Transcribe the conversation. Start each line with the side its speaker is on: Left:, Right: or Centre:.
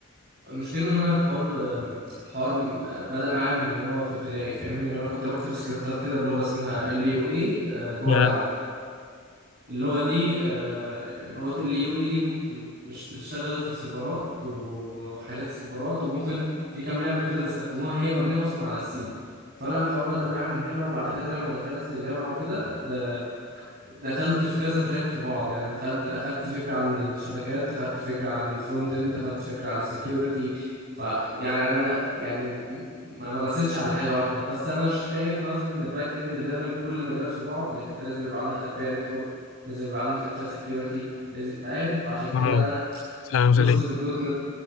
Right: المشكله ان انا الحوار آه، الحوار آه، بدأ معايا من ان انا في ابتدائي فاهمني ان انا كنت بكتب سكريبتات كده بلغه اسمها ال يو اي جوه
Left: يا
Right: لعبه اللغة دي آه، لغة ال يو اي دي م- مش بتشتغل غير في السيرفرات وحاجات السيرفرات وممكن في كام لعبة كده بيستخدموها هي مبنية أصلا على السي فأنا الحوار بدأ معايا من هنا وبعد كده لما دخلت الجامعة وكده ده دخلت في كذا تراك في بعض يعني دخلت اخدت فكره عن الشبكات اخدت فكره عن الفرونت اند اخدت فكره عن السكيورتي فيعني انا يعني م- ما مارستش على حاجه واحده بس انا شايف مثلا ان الباك اند لازم كل مجالات في بعض انك انت لازم يبقى عندك خلفيه نتورك لازم يبقى عندك خلفيه سكيورتي لازم فاهم فعشان كده
Left: اه
Right: انا
Left: فاهم
Right: دوست
Left: زي
Right: في الدوت نت